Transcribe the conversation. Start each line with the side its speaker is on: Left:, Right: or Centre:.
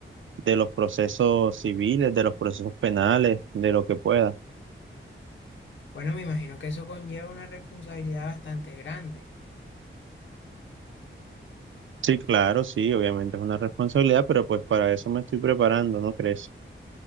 Right: de los procesos civiles, de los procesos penales, de lo que pueda.
Left: Bueno, me imagino que eso conlleva una responsabilidad bastante grande.
Right: Sí, claro, sí, obviamente es una responsabilidad, pero pues para eso me estoy preparando, ¿no crees?